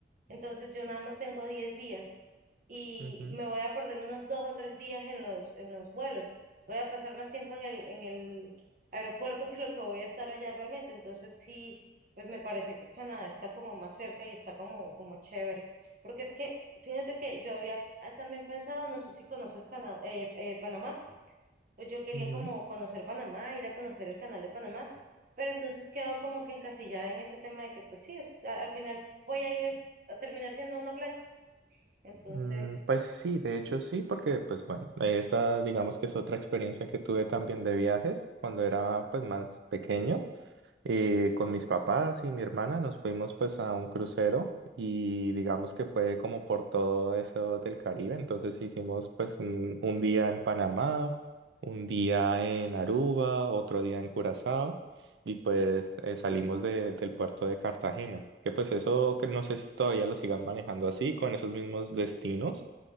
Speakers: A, on the right; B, on the right.
A: entonces yo nada más tengo 10 días y
B: Ujú,
A: me voy a perder unos dos o tres días en los, en los vuelos. Voy a pasar más tiempo en el, en el aeropuerto que lo que voy a estar allá realmente. Entonces sí, pues me parece que Canadá está como más cerca y está como, como chévere. Porque es que, fíjate que yo había ah, también pensado, no sé si conoces Cana- eh, eh, Panamá, pues yo quería
B: ujú.
A: como conocer Panamá, ir a conocer el canal de Panamá. Pero entonces quedo como que encasillada en ese tema de que, pues sí, es- a- al final voy a ir es- a terminar yendo a una playa. Entonces,
B: Mm, pues sí, de hecho sí, porque pues bueno, eh, esta digamos que es otra experiencia que tuve también de viajes cuando era pues más pequeño. Y con mis papás y mi hermana nos fuimos pues a un crucero y digamos que fue como por todo eso del Caribe. Entonces hicimos pues un, un día en Panamá, un día en Aruba, otro día en Curazao y pues eh, salimos de- del puerto de Cartagena. Que pues eso que no sé si todavía lo sigan manejando así, con esos mismos destinos.